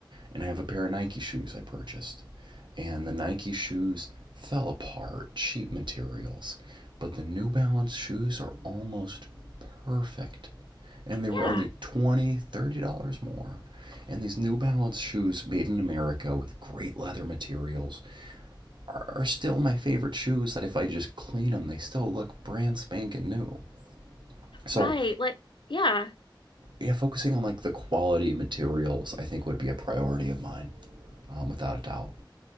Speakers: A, on the right; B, on the left.
A: and I have a pair of Nike shoes I purchased. And the Nike shoes fell apart, cheap materials, but the New Balance shoes are almost perfect. And they were
B: Yeah.
A: only twenty, thirty dollars dollars more. And these New Balance shoes made in America with great leather materials are, are still my favorite shoes that if I just clean them, they still look brand spanking new. So,
B: Right. Like, yeah.
A: yeah, focusing on like the quality materials, I think would be a priority of mine, um, without a doubt.